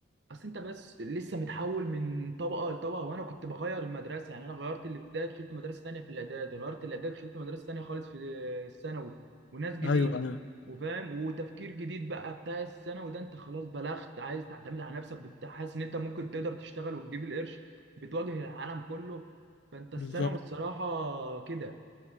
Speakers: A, on the right; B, on the left.
A: اصل انت بس لسه متحول من طبقه لطبقه وانا كنت بغير المدرسه يعني انا غيرت الابتدائي دخلت مدرسه ثانيه في الاعدادي غيرت الاعدادي دخلت مدرسه ثانيه خالص في الثانوي وناس جديده
B: ايوه ايوه
A: وفاهم وتفكير جديد بقى بتاع الثانوي ده انت خلاص بلغت عايز تعتمد على نفسك بت- حاسس ان انت ممكن تقدر تشتغل وتجيب القرش بتواجه العالم كله فانت الثانوي
B: بالظبط
A: الصراحه كده